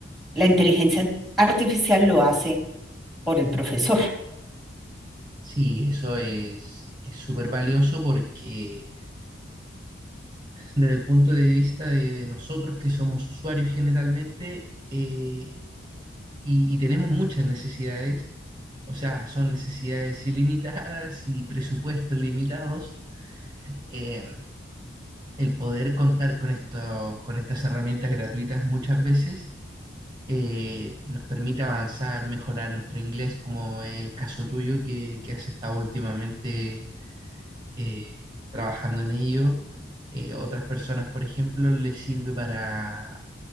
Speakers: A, in the centre; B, on the right.
A: La inteligencia artificial lo hace por el profesor,
B: Sí, eso es es súper valioso porque desde el punto de vista de, de nosotros que somos usuarios generalmente eh, y, y tenemos muchas necesidades, o sea, son necesidades ilimitadas y presupuestos limitados, eh, el poder contar con esto, con estas herramientas gratuitas muchas veces eh, nos permite avanzar, mejorar nuestro inglés, como el caso tuyo que, que has estado últimamente eh, trabajando en ello. Eh, otras personas, por ejemplo, les sirve para,